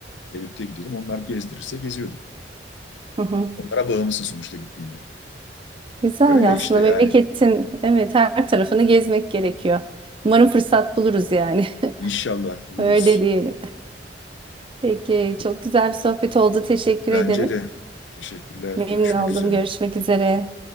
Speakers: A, on the left; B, on the right.
A: Devlette gidiyordum. Onlar gezdirirse geziyorduk.
B: Hı hı.
A: Onlara bağımlısın sonuçta gittiğinde.
B: Güzel
A: Öyle
B: ya aslında
A: işte yani.
B: memleketin evet her tarafını gezmek gerekiyor. Umarım fırsat buluruz yani. <laughs>
A: İnşallah buluruz.
B: Öyle diyelim. Peki çok güzel bir sohbet oldu. Teşekkür
A: Bence
B: ederim.
A: de. Teşekkürler.
B: Memnun
A: Görüşmek
B: oldum.
A: üzere.
B: Görüşmek üzere.